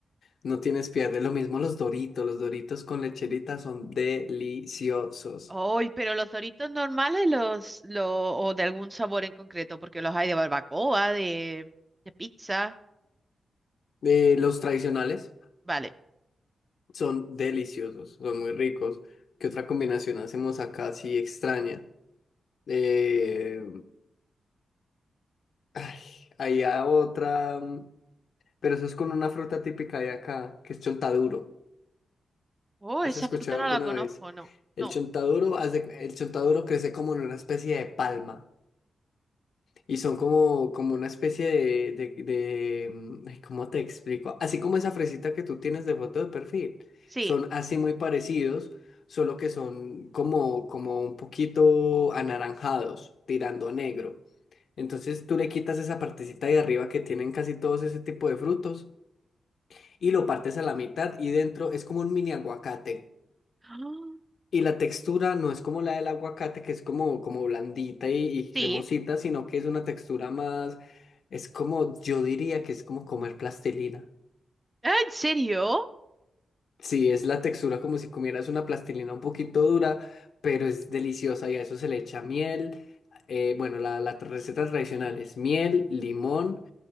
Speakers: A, on the left; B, on the right.
A: no tienes pierde. Lo mismo los Doritos. Los Doritos con lecherita son deliciosos.
B: hoy pero los Doritos normales, los, los, o de algún sabor en concreto, porque los hay de barbacoa, de, de pizza.
A: Eh, los tradicionales.
B: Vale.
A: Son deliciosos, son muy ricos. ¿Qué otra combinación hacemos acá así extraña? Eh, ay, había otra, mm, pero eso es con una fruta típica de acá, que es chontaduro.
B: Oh,
A: ¿Has
B: esa
A: escuchado
B: fruta
A: alguna
B: no la conozco,
A: vez?
B: no.
A: El
B: No.
A: chontaduro, hace, el chontaduro crece como en una especie de palma. Y son como, como una especie de, de, de, mm, ay, ¿cómo te explico? Así como esa fresita que tú tienes de foto de perfil.
B: Sí.
A: Son así muy parecidos, solo que son como, como un poquito anaranjados, tirando a negro. Entonces tú le quitas esa partecita de arriba que tienen casi todos ese tipo de frutos y lo partes a la mitad y dentro es como un mini aguacate.
B: <gasps> Ah,
A: Y la textura no es como la del aguacate, que es como, como blandita y, y cremosita,
B: Sí.
A: sino que es una textura más, es como, yo diría que es como comer plastilina.
B: Ah, ¿En serio?
A: Sí, es la textura como si comieras una plastilina un poquito dura, pero es deliciosa y a eso se le echa miel. eh, bueno, la, la tra- receta tradicional es miel, limón,